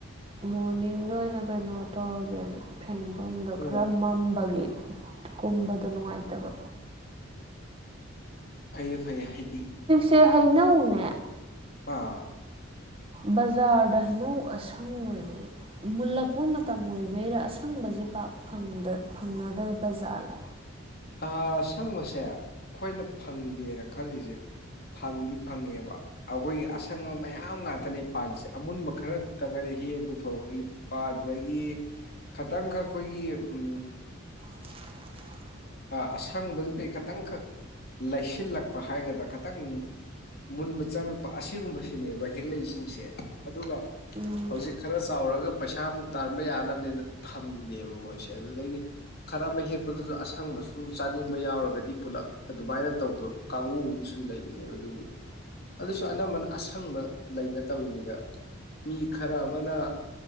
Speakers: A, on the right (about 25°); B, on the left (about 45°).
A: ꯃꯣꯔꯅꯤꯡꯗ ꯑꯣꯏꯅ ꯀꯩꯅꯣ ꯇꯧꯔꯒꯦꯅ ꯐꯦꯡ ꯃꯐꯝꯗꯣ
B: ꯑꯣ
A: ꯈꯔ ꯃꯝꯕꯒꯤ ꯀꯨꯝꯕꯗꯣ ꯅꯨꯡꯉꯥꯏꯇꯕ
B: ꯐꯩꯌꯦ ꯐꯩꯌꯦ ꯍꯥꯏꯗꯤ
A: ꯁꯦ ꯍꯩꯅꯧꯅꯦ
B: ꯑꯥ
A: ꯕꯖꯥꯔꯗ ꯍꯩꯅꯧ ꯑꯁꯪꯕꯁꯦ ꯃꯨꯜꯂꯛꯄ ꯃꯇꯝ ꯑꯣꯏꯕꯩꯔꯥ ꯑꯁꯪꯕꯁꯤ ꯖꯤꯔꯤꯄꯥꯛ ꯐꯪꯅꯗ ꯕꯖꯥꯔꯂꯥ
B: ꯑ ꯁꯪꯕꯁꯦ ꯑꯩꯈꯣꯏꯅ ꯐꯪꯗꯦꯅ ꯈꯜꯂꯤꯁꯦ ꯐꯪꯗꯤ ꯐꯪꯉꯦꯕ ꯑꯩꯈꯣꯏꯒꯤ ꯑꯁꯪꯕ ꯃꯌꯥꯝ ꯉꯥꯛꯇꯅꯦ ꯄꯥꯜꯂꯤꯁꯦ ꯑꯃꯨꯟꯕ ꯈꯔꯗꯨ ꯇꯪꯉꯗꯤ ꯍꯦꯛ ꯄꯨꯊꯣꯔꯛꯄ ꯏꯛꯄ ꯑꯗꯨꯗꯒꯤ ꯈꯇꯪ ꯈꯛ ꯑꯩꯈꯣꯏꯒꯤ ꯎ
A: <inaudible>
B: ꯑꯁꯪꯕꯗꯨꯗꯩ ꯈꯤꯇꯪꯈꯛ ꯂꯩꯁꯤꯜꯂꯛꯄ ꯍꯥꯏꯒꯗ꯭ꯔꯥ ꯈꯤꯇꯪ ꯃꯨꯟꯕ ꯆꯪꯉꯛꯄ ꯑꯁꯤꯒꯨꯝꯕꯁꯤꯅꯦꯕ ꯍꯦꯛꯂꯩꯁꯤꯡꯁꯦ ꯑꯗꯨꯒ
A: ꯎꯝ
B: ꯍꯧꯖꯤꯛ ꯈꯔ ꯆꯥꯎꯔꯒ ꯄꯩꯁꯥꯃꯨꯛ ꯇꯥꯟꯕ ꯌꯥꯅꯕꯅꯦꯅ ꯊꯝꯃꯤꯅꯦꯕ ꯃꯣꯏꯁꯦ ꯑꯗꯨꯗꯒꯤ ꯈꯔ ꯑꯃ ꯍꯦꯛꯄꯗꯨꯗꯁꯨ ꯑꯁ ꯑꯁꯪꯕꯁꯨ ꯆꯥꯅꯤꯡꯕ ꯌꯥꯎꯔꯒꯗꯤ ꯄꯨꯂꯞ ꯑꯗꯨꯃꯥꯏꯅ ꯇꯧꯕ ꯀꯥꯡꯕꯨ ꯑꯃꯁꯨ ꯂꯩꯅꯦꯕ ꯑꯗꯨꯕꯨꯗꯤ ꯑꯗꯨꯁꯨ ꯑꯅꯝꯕꯅ ꯑꯁꯪꯕ ꯂꯩꯅ ꯇꯧꯔꯤꯅꯤꯗ ꯃꯤ ꯈꯔ ꯑꯃꯅ